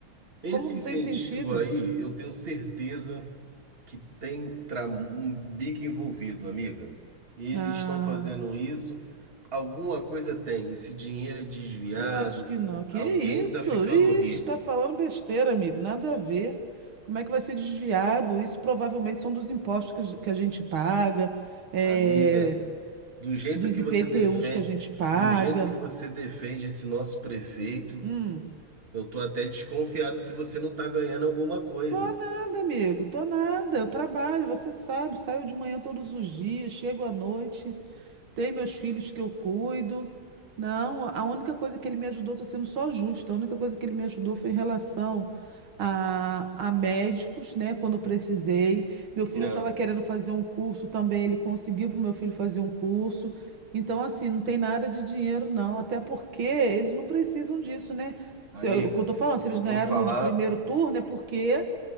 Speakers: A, on the right (about 25°); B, on the right (about 70°).
A: Esse
B: Como não
A: incentivo
B: tem incentivo?
A: aí, eu tenho certeza que tem tra- um bico envolvido, amiga. Eles
B: Ah.
A: estão fazendo isso, alguma coisa tem. Esse dinheiro é desviado,
B: Eu acho que não. Que
A: alguém
B: isso?
A: está ficando
B: Ixi,
A: rico.
B: tá falando besteira, amigo. Nada a ver. Como é que vai ser desviado? Isso provavelmente são dos impostos que a ge- que a gente paga, eh,
A: Amiga, do jeito
B: dos
A: que
B: IPTUs
A: você defende,
B: que a gente paga.
A: do jeito que você defende esse nosso prefeito,
B: Hum.
A: Eu tô até desconfiado se você não tá ganhando alguma coisa.
B: Tô nada, amigo. Tô nada. Eu trabalho, você sabe. Saio de manhã todos os dias, chego à noite. Tem meus filhos que eu cuido. Não, a única coisa que ele me ajudou, estou sendo só justa, a única coisa que ele me ajudou foi em relação a, a médicos, né? Quando eu precisei. Meu filho
A: Não,
B: estava querendo fazer um curso também, ele conseguiu para o meu filho fazer um curso. Então, assim, não tem nada de dinheiro, não. Até porque eles não precisam disso, né? Se,
A: amiga,
B: eu- o que eu tô falando, se
A: eu
B: eles ganharam
A: vou falar,
B: no, de primeiro turno, é porque